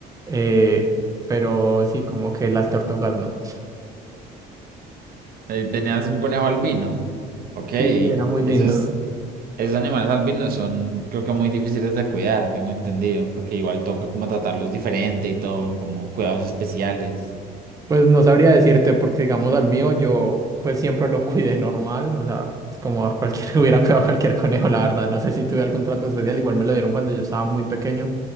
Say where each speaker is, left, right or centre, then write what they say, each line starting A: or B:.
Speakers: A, on the right; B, on the right.
A: eh, pero sí, como que las tortugas no.
B: Eh, Tenías un conejo albino. Ok,
A: Sí, era muy lindo.
B: esos, esos animales albinos son, creo que muy difíciles de cuidar, tengo entendido, porque igual toca como tratarlos diferente y todo, como cuidados especiales.
A: Pues no sabría decirte porque, digamos, al mío yo pues siempre lo cuidé normal, o sea, es como a cualquier, <laughs> hubiera cuidado a cualquier conejo, la verdad, no sé si tuve algún trato especial, igual me lo dieron cuando yo estaba muy pequeño